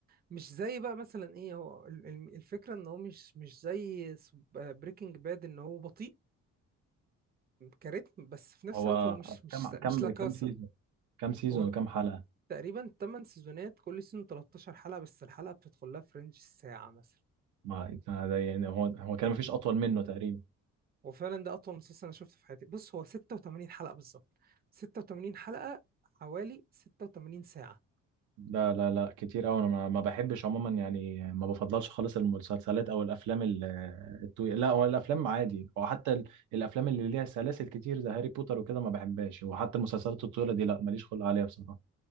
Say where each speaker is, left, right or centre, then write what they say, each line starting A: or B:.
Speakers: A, on the right; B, on the right.
A: مش زي بقى مثلا ايه هو ال- ال- الفكرة ان هو مش مش زي بريكنج باد ان هو بطيء كريتم بس في نفس
B: هو
A: الوقت هو مش مش
B: كم كم
A: مش لاكاسا
B: كم سيزون كم سيزون
A: هو
B: وكم حلقة
A: تقريبا 8 سيزونات كل سيزون 13 حلقة بس الحلقة بتدخل لها في رينج الساعة مثلا
B: ما ده يعني هو هو كان مفيش اطول منه تقريبا
A: وفعلا ده اطول مسلسل انا شفته في حياتي بص هو 86 حلقة بالظبط 86 حلقة حوالي 86 ساعة
B: لا لا لا كتير قوي انا ما ما بحبش عموما يعني ما بفضلش خالص المسلسلات او الافلام ال- الطويله لا هو الافلام عادي وحتى ال- الافلام اللي ليها سلاسل كتير زي هاري بوتر وكده ما بحبهاش وحتى المسلسلات الطويله دي لا ماليش خلق عليها بصراحه